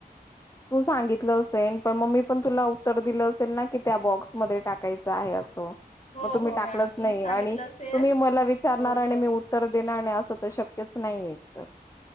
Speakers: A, on the left; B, on the left.
A: तू सांगितलं असेल पण मग मी पण तुला उत्तर दिलं असेल ना की त्या बॉक्समध्ये टाकायचं आहे असं.
B: हो
A: मग तुम्ही
B: हो
A: टाकलंच
B: मॅडम तुम्ही
A: नाही
B: सांगितलं
A: आणि
B: असेल
A: तुम्ही मला विचारणार
B: हो
A: आणि
B: पण
A: मी उत्तर देणार नाही असं शक्यच नाहीये एक तर